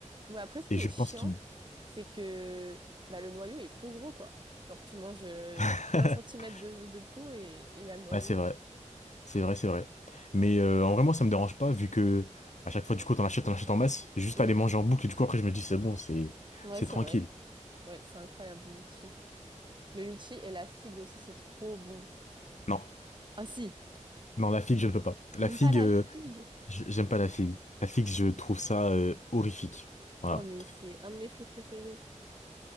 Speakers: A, on the right; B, on the left.
A: Ouais, après, ce qui
B: et
A: est
B: je
A: chiant,
B: pense qu'il
A: c'est que bah, le noyau, il est trop gros, quoi. Genre, tu manges euh,
B: <laughs>
A: un centimètre de, de peau et et il y a le noyau.
B: Ouais, c'est vrai, c'est vrai, c'est vrai. Mais euh, en vrai, moi, ça me dérange pas, vu que à chaque fois, du coup, t'en achètes, t'en achètes en masse, juste
A: Mm.
B: à les manger en boucle, et du coup, après, je me dis, c'est bon, c'est
A: Ouais,
B: c'est
A: c'est
B: tranquille.
A: vrai. Ouais, c'est incroyable, le litchi. Le litchi et la figue aussi, c'est trop bon.
B: Non.
A: Ah si,
B: Non, la figue, je ne peux pas.
A: t'aimes
B: La figue,
A: pas la
B: euh,
A: figue?
B: je- j'aime pas la figue. La figue, je trouve ça euh, horrifique. Voilà.
A: Oh, mais c'est un de mes fruits préférés.